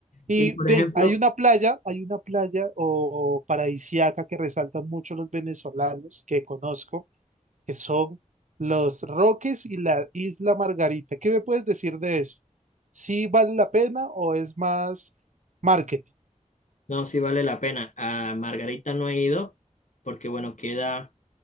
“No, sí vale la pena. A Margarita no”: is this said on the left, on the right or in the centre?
Left